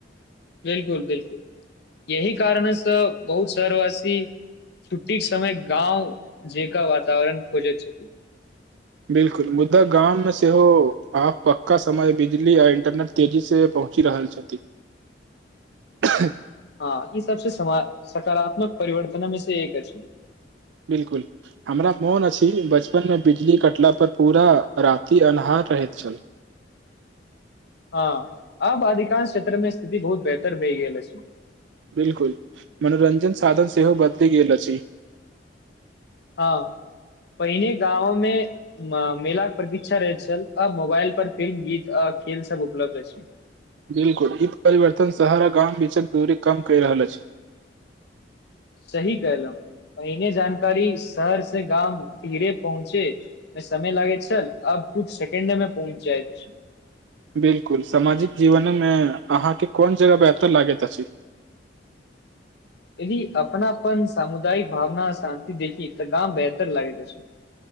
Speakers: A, on the left (about 65°); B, on the right (about 80°).
A: बिलकुल बिलकुल यह कारणसँ बहुत शहरवासी छूटी समय गाँव जेका वातवरण खोजैत
B: बिलकुल मुद्दा गाँंव मे सेहो आब पक्का समय बिजी या इंटरनेट तेजी से पहु पहुँचि रहल छथिन
A: ह
B: हँ
A: हँ ई सबसँ सकारात्मक परिवर्तन मे से एक अछि छै
B: बिलकुल हमरा मोन अछि बचपन मे बिजली कटला पर पूरा राति अन्हार रहय छै
A: हँ हँ अब अधिकांश क्षेत्र में स्थिति बहुत बेहतर भए गेलै छै
B: बिलकुल मनोरञ्जन साधन सेहो बदलि गेल अछि
A: हँ पहिने गाँव मे मेलाक के प्रतीक्षा रहैत छल अ मोबाइल पर फिल्म गीत खेल सब उपलब्ध ह छै
B: बिलकुल ई परिवर्तन शहर आ गाम बीचक दूरी कम कहि रहल अछि
A: सही कहलहु पहिने जान करी शहर से गाम धीरे पहुँचे मे समय लागे छलल अब कुछ सेकंड मे पहुँच जाइत अछि
B: बिल्कुल सामाजिक जीवन अहाँके कोन जगह पर अत लागैत अछि
A: यदि अपनापन सामुदायिक भावना शान्ति देखी तऽ गाम बेहतर लागेत अछि